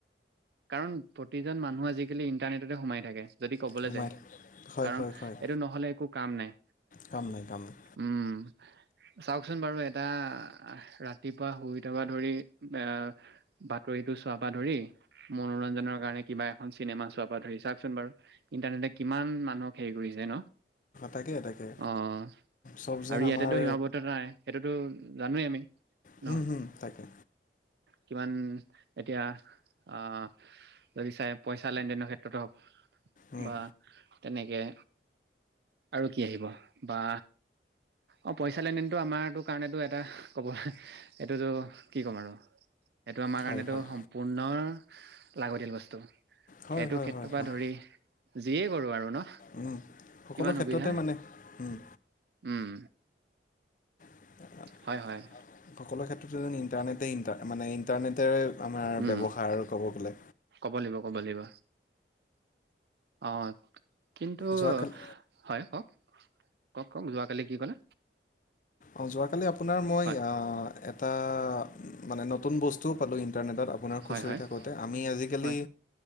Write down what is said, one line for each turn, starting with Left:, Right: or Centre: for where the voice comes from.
Right: কাৰণ প্ৰতিজন মানুহ আজিকালি ইন্টাৰনেটতে সোমাই থাকে। যদি ক'বলৈ
Left: ৰুমাই
Right: যায়।
Left: হয়
Right: কাৰণ
Left: হয় হয়
Right: এইটো নহ'লে একো কাম নাই।
Left: কাম নাই কাম নাই
Right: উম। চাওঁকচোন বাৰু এটা ৰাতিপুৱা শুই উঠাপা ধৰি আহ বাতৰিটো চোৱাপা ধৰি মনোৰঞ্জনৰ কাৰণে কিবা এখন চিনেমা চোৱাৰ পৰা ধৰি চাওঁকচোন বাৰু ইণ্টাৰনেটে কিমান মানুহক হেৰি কৰিছে ন।
Left: তাকে তাকে
Right: অ'
Left: চব যেন
Right: আৰু ইয়াতেতো
Left: আমাৰ
Right: সীমাবদ্ধ নাই সেইটোতো জানোৱেই আমি ন
Left: হ'ম হ'ম তাকে।
Right: কিমান এতিয়া অ' যদি চাই পইচা লেনদেনৰ ক্ষেত্ৰতে হওক।
Left: উম
Right: বা তেনেকৈ আৰু কি আহিব, বা অ' পইচা লেনদেনটো আমাৰ টো কাৰণেতো এটা ক'ব এইটোতো কি ক'ম আৰু। সেইটো আমাৰ কাৰণেতটো
Left: হয় হয়
Right: সম্পূৰ্ণ লাগতিয়াল বস্তু।
Left: হয়
Right: সেইটো
Left: হয়
Right: ক্ষেত্ৰপা
Left: হয় হয়
Right: ধৰি যিয়েই কৰো আৰু ন
Left: উম সকলো
Right: কিমান
Left: ক্ষেত্ৰতে
Right: সুবিধা,
Left: মানে উম
Right: উম।
Left: সকলো
Right: হয় হয়
Left: ক্ষেত্ৰতো নি ইণ্টাৰনেটে ইণ্টাৰ মানে ইণ্টাৰনেটেৰে, আমাৰ
Right: উম
Left: ব্যৱহাৰ ক'ব গ'লে
Right: কব লাগিব কব লাগিব। অ' কিন্তু
Left: যোৱাকালি
Right: হয় কওক কওক কওক যোৱা কালি কি ক'লে
Left: অ' যোৱাকালি আপোনাৰ মই
Right: হয়
Left: এটা মানে নতুন বস্তুও পালোঁ ইণ্টাৰনেটত আপোনাৰ খুচৰি
Right: হয় হয়
Left: থাকোঁতে আমি আজিকালি
Right: হয়